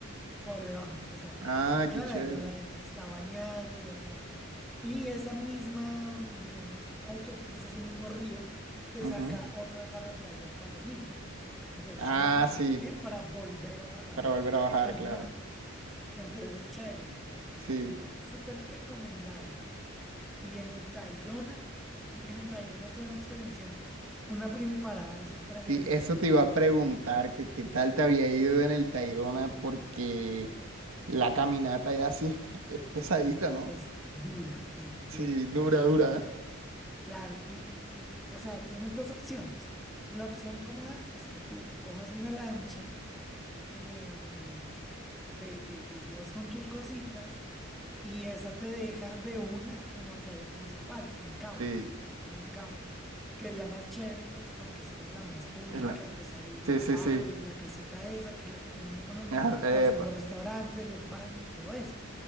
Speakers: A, in the centre; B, on the right.
A: Por debajo, exacto.
B: Ah,
A: Claro,
B: qué chévere.
A: y ya la gente se está bañando, ya la gente. Y esa misma, digamos, autopista, ese mismo río, te
B: Ujú.
A: saca otra vez a la playa de Palomino. Entonces
B: Ah,
A: es como, claro,
B: sí,
A: subir para volver a bajar
B: para
A: a-
B: volver a bajar,
A: al
B: claro.
A: mar. Entonces es chévere, es es-
B: Sí,
A: es- es súper recomendado. Y en el Tayrona, <clears throat> en el Tayrona tuve una experiencia, una primiparada así tremenda,
B: sí, eso
A: porque
B: te iba a preguntar, que qué tal te había ido en el Tayrona, porque la caminata ya sí es, es pesadita, ¿no?
A: es dura, es
B: Sí,
A: dura,
B: dura,
A: es
B: dura,
A: dura.
B: ¿eh?
A: Claro, y, y, y- y, o sea, tienes dos opciones. La opción cómoda es que tú cojas una lancha, eh, mm, te, te, te subas con tus cositas y esa te deja de una en la playa principal, en Cabo,
B: Sí,
A: en el Cabo, que es la más chévere, pues porque es como la más pública
B: es la-
A: y pues ahí la
B: sí,
A: Faro
B: sí, sí.
A: y la casita esa, que es la que todo el mundo conoce,
B: Ah, epa.
A: y ahí están los restaurantes, los baños, todo eso.